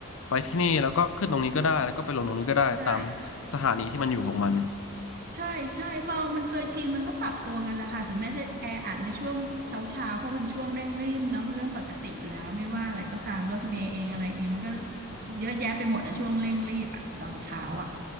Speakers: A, on the left; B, on the right.
A: ไปที่นี่แล้วก็ขึ้นตรงนี้ก็ได้แล้วก็ไปลงตรงนี้ก็ได้ตาม
B: ใช่
A: สถานีที่มันอยู่ของมัน
B: ใช่ใช่พอมันเคยชินมันก็ปรับตัวกันแล้วค่ะถึงแม้จะแออัดในช่วงเช้าเช้าเพราะเป็นช่วงเร่งรีบเนาะเรื่องปกติอยู่แล้วไม่ว่าอะไรก็ตามรถเมล์เองอะไรเองมันก็เยอะแยะไปหมดในช่วงเร่งรีบอะตอนเช้าอะ